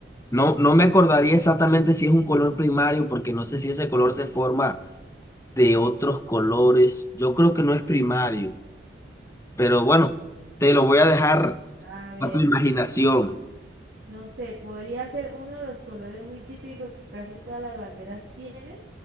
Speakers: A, on the left; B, on the right.
A: No, no me acordaría exactamente si es un color primario porque no sé si ese color se forma de otros colores. Yo creo que no es primario, pero bueno, te lo voy a dejar
B: A ver,
A: a tu imaginación.
B: no sé, podría ser uno de los colores muy típicos que casi todas las banderas tienen.